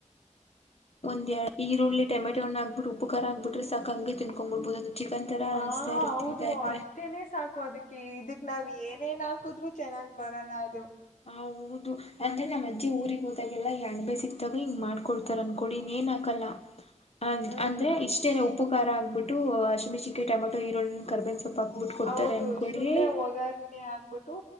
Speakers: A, on the left; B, on the left.
A: ಒಂದ್ ಎರಡು ಈರುಳ್ಳಿ ಟೊಮೆಟೋಣ ಹಾಕ್ಬಿಟ್ಟು ಉಪ್ಪುಕಾರ ಹಾಕ್ಬಿಟ್ರೆ ಸಾಕು ತಿನಕೋಂಡ್ಬ ಬಿಡ್ಬಹುದು ಅದು ಚಿಕನ್ ತರ
B: ಹ
A: ಅನ್ಸ್ತಾ ಇರುತ್ತೆ
B: ಹೌದು
A: ತಿಂತಾ ಇದ್ರೆ
B: ಅಷ್ಟೇನೆ ಸಾಕು ಅದಕ್ಕೆ ಇದಕ್ ನಾವ್ ಏನೇನ್ ಹಾಕುದ್ರು ಚೆನ್ನಾಗ್ ಬರಲ್ಲ ಅದು
A: ಹ ಹೌದು ಅಂದ್ರೆ ನಮ್ಮ ಅಜ್ಜಿ ಊರಿಗೆ ಹೋದಾಗೆಲ್ಲಾ ಎಂಡ ಬೇ ಸಿಕ್ತಾಗ ಹಿಂಗ್ ಮಾಡ್ಕೊಡ್ತಾರ ಅನ್ಕೊಡಿ ಇನ್ ಏನ್ ಹಾಕಲ್ಲ ಅ
B: ಹ್ಮ್
A: ಅಂದ್ರೆ ಇಷ್ಟೇ ಉಪ್ಪಕಾರ ಆಗ್ಬಿಟ್ಟು ಅಶಿ ಮೆಣಸಿನಕಾಯಿ ಟಮಟೋ ಈರುಳ್ಳನ್ನ ಕರ ಬೇವಿನ ಸೊಪ್ಪು ಹಾಕ್ಬಿಟ್ಟು ಕೊಡ್ತಾರೆ
B: ಹೌದು
A: ಅನ್ಕೊಳ್ಳಿ
B: ಸುಮ್ನೆ ಒಗಾರ್ನೆೆ ಆಗ್ಬಿಟ್ಟು